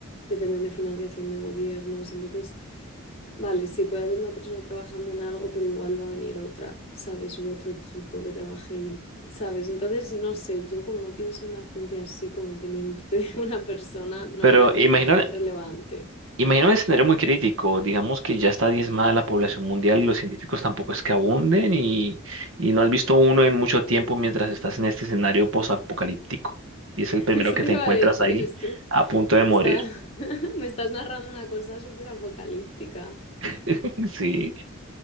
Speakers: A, on the left; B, on the right.
A: dependen de financiación de gobiernos. Entonces, vale, sí, puede haber una persona trabajando en algo, pero igual va a venir otra, ¿sabes? U otro equipo que trabaje y, ¿sabes? Entonces, no sé, yo como no pienso en la ciencia así como dependiente de <laughs> una persona, no
B: Pero
A: me parecería
B: imagina
A: tan relevante.
B: Imagino un escenario muy crítico, digamos que ya está diezmada la población mundial y los científicos tampoco es que abunden y, y no has visto uno en mucho tiempo mientras estás en este escenario posapocalíptico
A: <laughs>
B: y es el primero
A: Eso
B: que
A: te
B: te
A: iba
B: encuentras
A: a decir,
B: ahí
A: es que
B: a punto de
A: me
B: morir.
A: está- <laughs> me estás narrando una cosa súper apocalíptica.
B: <laughs> Sí.